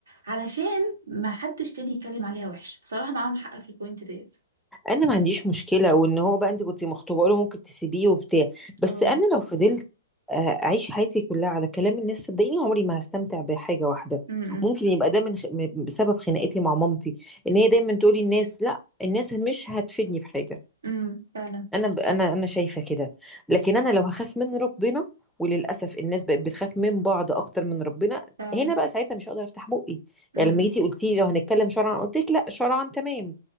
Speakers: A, on the right; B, in the centre.
A: علشان ما حدش تاني يتكلم عليها وحش بصراحه معاهم حق في البوينت ديت
B: انا ما عنديش مشكله وان هو بقى انت كنت مخطوبه له ممكن تسيبيه وبتاع بس
A: اه
B: انا لو فضلت آه، اعيش حياتي كلها على كلام الناس صدقيني عمري ما هستمتع بحاجه واحده
A: امم، امم.
B: ممكن يبقى ده من خ... م- بسبب خناقتي مع مامتي ان هي دايما تقولي الناس لا الناس مش هتفيدني بحاجه
A: امم فعلا
B: انا ب... انا انا شايفه كده لكن انا لو هخاف من ربنا وللاسف الناس بقت بتخاف من بعض اكتر من ربنا
A: فعلا
B: هنا بقى ساعتها مش هقدر افتح بقي
A: امم
B: يعني لما جيتي قلتي لي لو هنتكلم شرعا قلت لك لا شرعا تمام